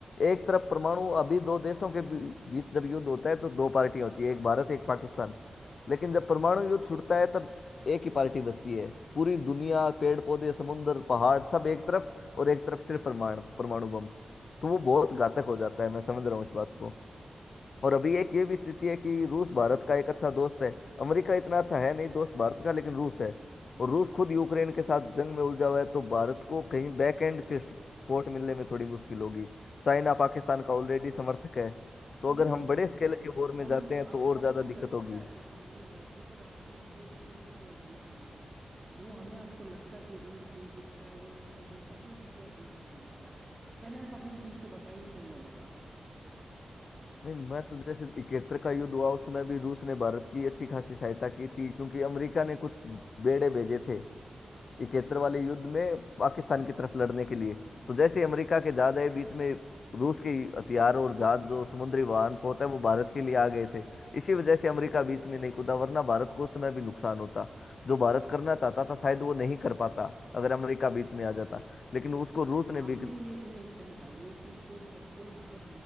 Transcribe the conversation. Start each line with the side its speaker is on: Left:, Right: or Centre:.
Left: एक तरफ परमाणु अभी दो देशों के बी- बीच जब युद्ध होता है तो दो पार्टियां होती है एक भारत एक पाकिस्तान लेकिन जब परमाणु युद्ध छूटता है तब एक ही पार्टी बचती है पूरी दुनिया पेड़ पौधे समुंदर पहाड़ सब एक तरफ और एक तरफ सिर्फ परमाणु परमाणु बम तो वो बहुत घातक हो जाता है मैं समझ रहा हूँ इस बात को और अभी एक ये भी स्थिति है कि रूस भारत का एक अच्छा दोस्त है अमेरिका इतना अच्छा है नहीं दोस्त भारत का लेकिन रूस है और रूस खुद यूक्रेन के साथ जंग में उलझा हुआ है तो भारत को कहीं बैक एंड से सपोर्ट मिलने में थोड़ी मुश्किल होगी चाइना पाकिस्तान का ऑलरेडी समर्थक है तो अगर
Right: वो
Left: हम बड़े स्केल के वॉर
Right: हम
Left: में जाते हैं
Right: आपको
Left: तो और ज्यादा
Right: लगता
Left: दिक्कत होगी
Right: है देखो मनीष भाई अंतर्राष्ट्रीय मुद्दे पे कोई किसी का दोस्त नहीं है वो हमें आपको लगता है कि रूस दोस्त इसका है वो इसका दोस्त है कोई किसी का दोस्त नहीं होता है पहले आप अपनी चीज को बताइए फिर मैं बताता हूँ
Left: नहीं मैं तो जैसे इकहत्तर का युद्ध हुआ उसमें भी रूस ने भारत की अच्छी खासी सहायता की थी क्योंकि अमेरिका ने कुछ बेड़े भेजे थे इकहत्तर वाले युद्ध में पाकिस्तान की तरफ लड़ने के लिए तो जैसे अमेरिका के जहाज आए बीच में रूस के हथियार और जहाज जो समुद्री वाहन होता है वो भारत के लिए आ गए थे इसी वजह से अमेरिका बीच में नहीं कूदा वरना भारत को उस समय भी नुकसान होता जो भारत करना चाहता था शायद वो नहीं कर पाता अगर अमेरिका बीच में आ जाता लेकिन उसको रूस ने
Right: आपने
Left: भी
Right: ये नहीं सही कहा वो चीज तो सब पूरे भारत